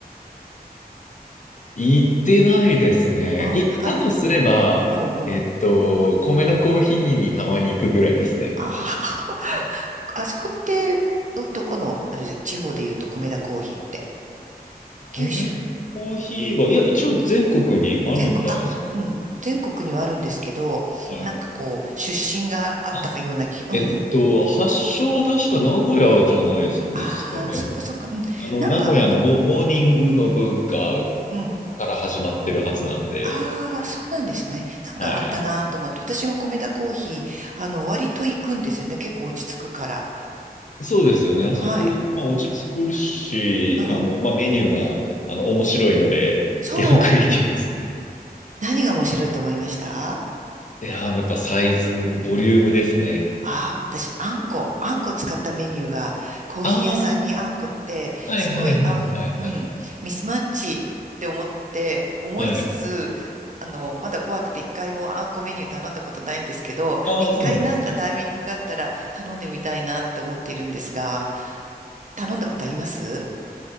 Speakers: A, on the left; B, on the right.
A: 行ってないですね。
B: あ、
A: 行ったとすれば、
B: あの、うん、うん。
A: えっと、米田コーヒーにたまに行くぐらいですね。
B: ああ、<laughs> あそこって、ど、どこの、あれで、地方で言うと米田コーヒーって。九州
A: 米田コーヒーは、いや、一応全国にあるんじゃないですか。
B: 全国、あ、うん、全国にはあるんですけど、
A: はい。
B: なんかこう、出身があったかような気、
A: あ、
B: うん。
A: えっと、発祥は確か名古屋じゃないですかね。
B: ああ、そっかそっか、うん。
A: あの、
B: なんか、
A: 名古屋のモ、
B: うん、
A: モーニングの文化
B: うん。
A: から始まってるはずなんで、
B: ああ、そうなんですね。なんかあったなと思って、
A: はい。
B: 私も米田コーヒー、あの、割と行くんですよね。結構落ち着くから。
A: そうですよね。あそこ、
B: はい、
A: まあ、落ち着くし、
B: うん。
A: あの、まあ、メニューが、あの、面白いので、
B: そう。
A: <laughs> よく行きますね。
B: 何が面白いと思いました
A: いやー、やっぱサイズ、ボリュームですね。
B: ああ、私、あんこ、あんこ使ったメニューが、コーヒー屋さんにあんこって、
A: ああ、はいはいはいはいはい。
B: すごい、あん、うん、ミスマッチって思って、思いつつ、
A: はい。
B: あの、まだ怖くて一回もあんこメニュー頼んだことないんですけど、
A: ああ、
B: 一回なんかタイミングがあったら頼んでみたいなって思っているんですが、
A: そうなんですか。
B: 頼んだことあります